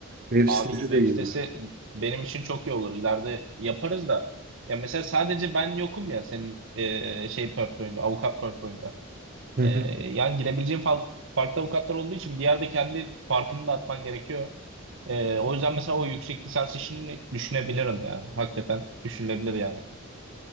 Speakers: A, on the right; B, on the right.
A: Web
B: Abi
A: sitesi
B: web
A: de iyi
B: sitesi
A: olur.
B: benim için çok iyi olur. İleride yaparız da. Ya mesela sadece ben yokum ya senin ee, şey portföyünde, avukat portföyünde.
A: Hı
B: Ee,
A: hı.
B: yani girebileceğin fa- farklı avukatlar olduğu için bir yerde kendi farkını da atman gerekiyor. Ee, o yüzden mesela o yüksek lisans işini düşünebilirim ya. Hakikaten düşünülebilir yani.